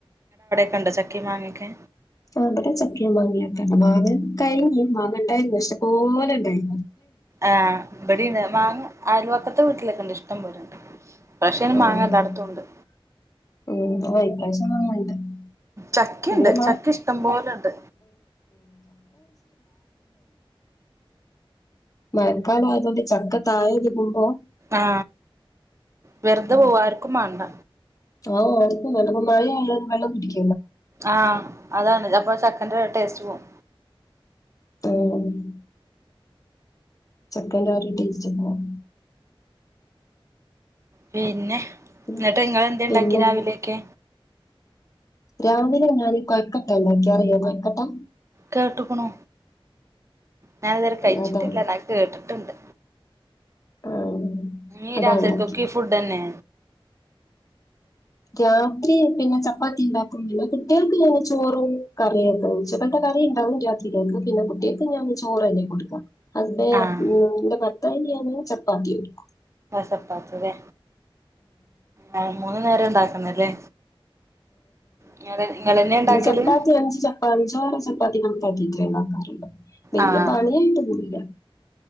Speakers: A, on the right; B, on the left.
A: കണ്ട ചക്കയു മാങ്ങക്കെ
B: ആവിടെ ചക്കയും മാങ്ങ കഴിഞ്ഞ് മാങ്ങട്ടായിരുന്നു ക്ഷേകോല ഉണ്ടായി
A: ആ ഇബട മാങ്ങ അയൽവക്കത്തെ വീട്ടിലൊക്കെ ഇണ്ട് ഇഷ്ടം പോലെണ്ട് ഇപ്രാവശ്യം
B: <unintelligible>
A: മാങ്ങ എല്ലായിടത്തും ഉണ്ട് ചക്കയിണ്ട്
B: <unintelligible>
A: ചക്ക ഇഷ്ടം പോലെണ്ട്
B: മഴക്കാലമായതുകൊണ്ട് ചക്ക തായരിക്കുമ്പോ
A: ആ വെറുതെ പോവാർക്കും വേണ്ട
B: ആ ആർക്കും വേണ്ട മഴ വള്ള കുടിക്കും
A: ആ അതാണ് അപ്പൊ ചക്കന്റെ ടേസ്റ്റ് പോവും
B: മ്മ് ചക്കന്റെ ആ ഒരു ടേസ്റ്റ് പോവും
A: പിന്നെ
B: ഉം
A: എന്നിട്ട് നിങ്ങള്ളന്ത് ഉണ്ടാക്കിയെ
B: പിന്നെ
A: രാവിലെയൊക്കെ
B: രാവിലെ ഞാനും കോഴിക്കട്ടാ അറിയോ കോഴിക്കട്ടാ
A: കെട്ടേക്കാണ്ണു ഞാന് ഇതുവരെ കഴിച്ചിട്ടില്ല
B: അതാ
A: ഞാൻ കേട്ടിട്ടുണ്ട്
B: ആ
A: ഈ
B: അതാ
A: രാത്രിക്കൊക്കെ
B: ഉണ്ടാക്കി
A: ഫുഡ് തന്നെ
B: രാത്രി പിന്നെ ചപ്പാത്തി ഉണ്ടാക്കും കുട്ടികൾക്ക് ചോറും കറിയും ഒക്കെെ കറ ഉണ്ടാവും രാത്രികൾക്ക് പിന്നെ കുട്ടികൾക്ക് ഞാൻ ചോറ് തന്നെയെ കൊടുക്കാം ഹസ്ബൻഡ്
A: ആഹ്
B: എന്റെ ഭത്തായിയാന ചപ്പാത്തി എടുക്കും
A: ചപ്പാത്തിനെ ആ മൂന്ന് നേരം ഉണ്ടാക്കുന്നല്ലേ ഇങ്ങള് ഇങ്ങളന്നെ ഇണ്ടാക്കല്
B: ചപ്പാത്തി അച് ചപ്പാച ചപ്പാത്തി നണപ്പത്തി <unintelligible> വലിയ
A: ആഹ്
B: പണിയായിട്ട് കൂടില്ല